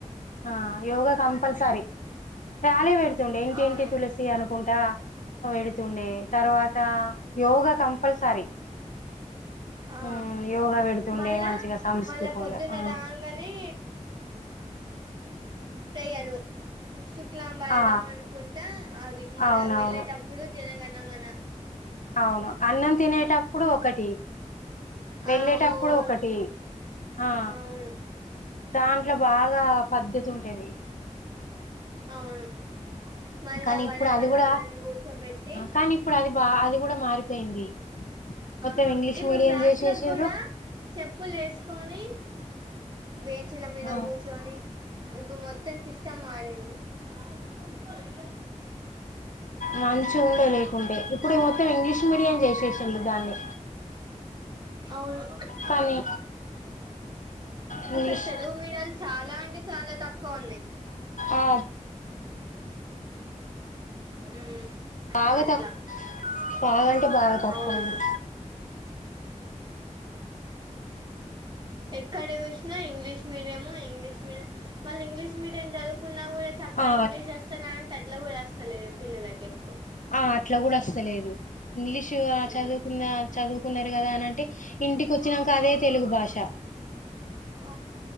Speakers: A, on the left; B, on the right.
A: ఆ యోగా కంపల్సరీ ాలీ పెడుతుండే ఇంటింటి
B: అవును
A: తులసి అనుకుంటా పెడుతుండే తర్వాత యోగా కంపల్సరీ
B: ఆ
A: మ్ యోగా పెడుతుండే
B: మళ్ళా
A: మంచిగా సంస్కృతంలో
B: మళ్ళా పొద్దున్న
A: ఆ
B: రాంగానే ప్రేయరుు లాం పడదాం
A: ఆ
B: అనుకుంటా అది మళ్ళ
A: అవునవును
B: వెళ్ళేటప్పుడు జనంగాన్నా మన
A: అవును అన్నం తినేటప్పుడు ఒకటి వెళ్ళేటప్పుడు
B: ఆ ఓం
A: ఒకటి ఆ
B: అవును
A: దాంట్లో బాగా పద్ధతి ఉంటేది
B: అవును మళ్ళా
A: కానీ
B: వరండాలో
A: ఇప్పుడు అది కూడా
B: అందరినీ కూర్చోబెట్టి
A: కానీ ఇప్పుడు అది బా అది కూడా మారిపోయింది మొత్తం
B: ఆహా
A: ఇంగ్లీష్
B: ఇప్పుడు
A: మీడియం
B: క్లాస్లలకు
A: చేసేసిర్రు
B: కూడా చెప్పులు వేసుకొని బేంచ్ల మీద
A: ఆ
B: కూర్చొని ఇప్పు మొత్తం సిస్టమ్ మడింది ఇ
A: మంచ ఉండే లేకుండే ఇప్పుడు మొత్తం ఇంగ్లీష్ మీడియం చేసేసండి దాన్ని
B: అవును
A: కానీ ఇంగ్లీష్
B: అసలు తెలుగు మీడియాలు చాలా అంటే చాలా తక్కువ ఉన్నాయి
A: ఆ
B: ఉ
A: బాగా
B: అదిలా
A: తక్కువ బాగాంటే బాగా తక్కువ
B: అవును
A: ఉంది
B: ఎక్కడ వచ్చినా ఇంగ్లీష్ మీడియము ఇంగ్లీష్ మీడియం మళ్ళీ ఇంగ్లీష్ మీడియన్ చదువుకున్నా కూడా చక్క
A: ఆ
B: ఇంగ్లీష్ వస్తా అంటే అట్లా కూడా వస్తలేదు పిల్లలకి ఎక్కువ
A: ఆ అట్లా కూడా వస్తలేదు ఇంగ్లీషు
B: ఉమ్,
A: చదువుకుంద చదువుకున్నారు కదా అనింటే ఇంటికి వచ్చినాక అదే తెలుగు భాష
B: అ